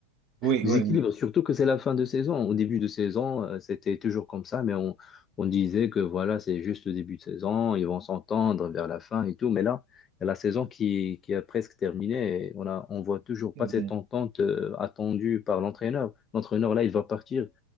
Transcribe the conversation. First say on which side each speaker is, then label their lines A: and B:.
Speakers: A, on the right; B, on the left.
A: Oui,
B: déséquilibre,
A: oui, oui,
B: surtout que c'est la fin de saison. Au début de saison, euh, c'était toujours comme ça, mais on, on disait que voilà, c'est juste le début de saison, ils vont s'entendre vers la fin et tout. Mais là, il y a la saison qui, qui a presque terminé et on a, on voit toujours
A: c'est
B: pas
A: vrai.
B: cette entente euh, attendue par l'entraîneur. L'entraîneur, là, il va partir.